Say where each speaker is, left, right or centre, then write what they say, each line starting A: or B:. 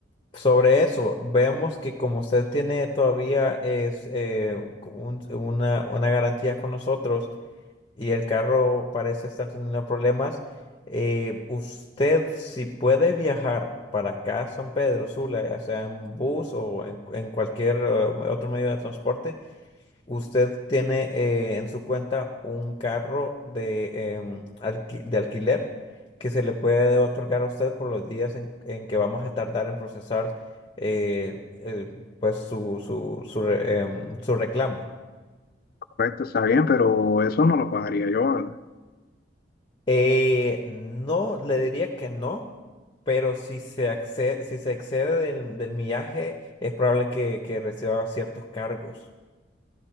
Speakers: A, on the left; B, on the left.
A: sobre eso, vemos que como usted tiene todavía es, eh, un- una, una garantía con nosotros y el carro parece estar teniendo problemas, eh, usted si puede viajar para acá a San Pedro Sula, ya sea en bus o en en cualquier eh, otro medio de transporte, Usted tiene eh, en su cuenta un carro de, em, alqui- de alquiler que se le puede otorgar a usted por los días en, en que vamos a tardar en procesar eh, el- pues su, su, su re- em, su reclamo.
B: Correcto, está bien, pero eso no lo pagaría yo, ¿verdad?
A: Eh, no, le diría que no, pero si se accede, si se excede del, del millaje, es probable que, que reciba ciertos cargos.